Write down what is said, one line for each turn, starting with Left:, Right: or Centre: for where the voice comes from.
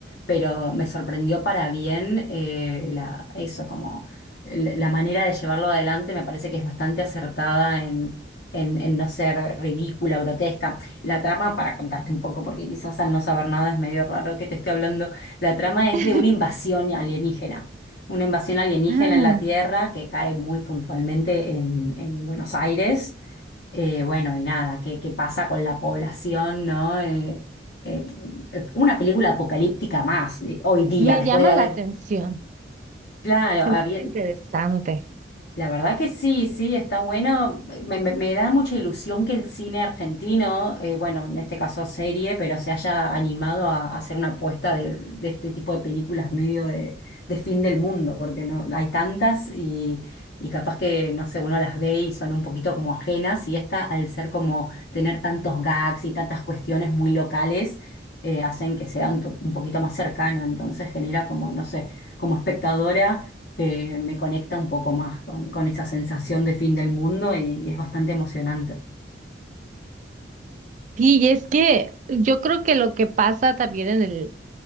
Left: pero me sorprendió para bien eh, la, eso, el- la manera de llevarlo adelante me parece que es bastante acertada en, en, en no ser ridícula, grotesca. La trama, para contarte un poco, porque quizás al no saber nada es medio raro que te esté hablando, la trama es
Right: <laughs>
Left: de una invasión alienígena. Una invasión alienígena
Right: Ah,
Left: en la Tierra que cae muy puntualmente en, en Buenos Aires. Eh, bueno, y nada, ¿qué, qué pasa con la población, ¿no? Eh, eh, una película apocalíptica más eh, hoy día,
Right: me
Left: después
Right: llama
Left: de haber,
Right: la atención.
Left: claro,
Right: Se me
Left: había-
Right: hace interesante.
Left: la verdad que sí, sí, está bueno. Me, me- me da mucha ilusión que el cine argentino, eh, bueno, en este caso serie, pero se haya animado a, a hacer una apuesta de, de este tipo de películas medio de, de fin del mundo, porque no hay tantas y, y capaz que, no sé, uno las ve y son un poquito como ajenas y esta, al ser como tener tantos gags y tantas cuestiones muy locales, eh, hacen que sea un, to- un poquito más cercano, entonces genera como, no sé, como espectadora eh, me conecta un poco más con, con esa sensación de fin del mundo y, y es bastante emocionante.
Right: Sí, y es que yo creo que lo que pasa también en el,